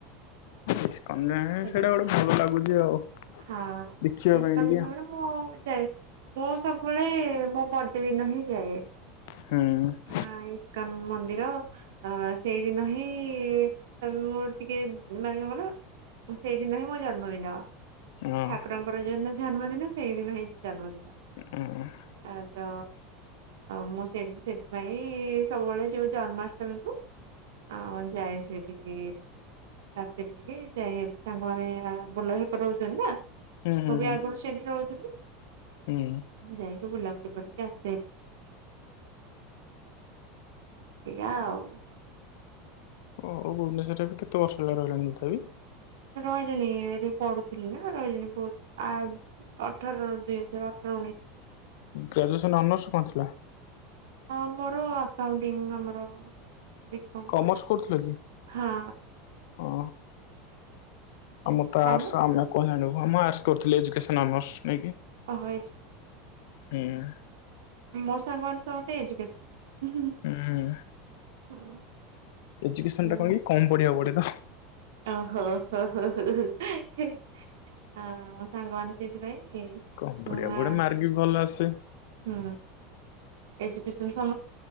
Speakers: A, on the left; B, on the right.
A: ଇସ୍କନ ସେଇଟା
B: ଆଉ।
A: ଗୋଟେ ଭଲ ଲାଗୁଛି ଆଉ
B: ହଁ
A: ଦେଖିବା
B: ଇସ୍କନ
A: ପାଇଁ ଟିକେ
B: ମୁଁ ଯାଏ ମୁଁ ସବୁବେଳେ ମୋ ବର୍ଡେ ଦିନ ହିଁ ଯାଏ।
A: ହୁଁ
B: ହଁ ଇସ୍କାନ ମନ୍ଦିର। ଅ ସେଇଦିନହିଁ ମୋର ଟିକେ ମାନେ କର ସେଇଦିନ ହିଁ ମୋ ଜନ୍ମଦିନ।
A: ହୁଁ
B: ଠାକୁରଙ୍କର ଯୋଉ ଦିନ ଜନ୍ମଦିନ ସେଇଦିନ ହିଁ ଜନ୍ମଦିନ।
A: <inaudible>
B: ଆ ତ ମୁଁ ସେ ସେଥିପାଇଁ ସବୁବେଳେ ଯୋଉ ଜନ୍ମାଷ୍ଟମୀକୁୁ ଆ ଯାଏ ସେଠିକି। ଟିକେ ଟିକେ ରାତିରେ ଟିକେ ଯାଇ ସାଙ୍ଗମାନେ ଭଲ ହେକଟ ହଉଛନ୍ତି ନା। ମୁଁ
A: ହୁଁ ହୁଁ
B: ବି ଆଗରୁ ସେଠି ରହୁଥିଲି।
A: ହୁଁ।
B: ମୁଁ ଯାଇକି ବୁଲାବୁଲି କରିକି ଆସିବା ଏଇଠୁ। ସେୟା ଆଉ। ଆଉ କଣ
A: ଓ ଭୁବନେଶ୍ୱରରେ ବି କେତେ ବର୍ଷ ହେଲା ରହିଲଣି ତଥାପି।
B: ରହିଲିଣି ଏଇଠି ପଢୁଥିଲି ନା ରହିଲିଣି ବହୁତ। ଆ ଅଠର ଦୁଇ ହଜାର ଅଠର ଉଣେଇଶ।
A: ଗ୍ରାଜୁଏସନ୍ ଅନର୍ସ କଣ ଥିଲା?
B: ମୋର ଆକାଉଣ୍ଟିଙ୍ଗ ଆମର ବିକମ୍
A: କମର୍ସ କରୁଥିଲ କି?
B: ହଁ।
A: ହଁ ଆମର ତ
B: ତମ
A: ଆର୍ଟସ୍ ଆମେ। ମୋର ଆର୍ଟସ୍ କରୁଥିଲି ଏଜୁକେସନ ଅନର୍ସ ନେଇକି।
B: ଓ ଏ
A: ହୁଁ
B: ମୋ ସାଙ୍ଗ ମାନେତ ଏଜୁକେସନ। ହୁଁ
A: ହୁଁ
B: ହୁଁ।
A: ଏଜୁକେସନଟା
B: ହୁଁ।
A: କଣ କି କମ ପଢିବାକୁ ପଡେ ତ।
B: ଓହୋ ହୋ ଆ ମୋ ସାଙ୍ଗମାନେ ସେଇଥିପାଇଁ
A: କଣ ବଢିଆ ବଢିଆ
B: ଆ
A: ମାର୍କ ବି ଭଲ ଆସେ।
B: ହୁଁ। ଏ ଯାହା